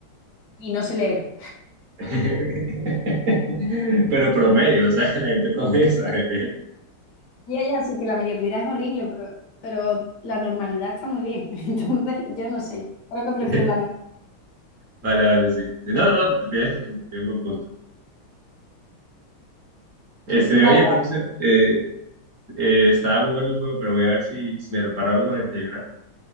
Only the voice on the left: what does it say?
y no sé leer.
Ya, ya, sí que la mediocridad es horrible, pero, pero la normalidad está muy bien. <laughs> Entonces, yo no sé, creo que prefiero
la normalidad.
Vale,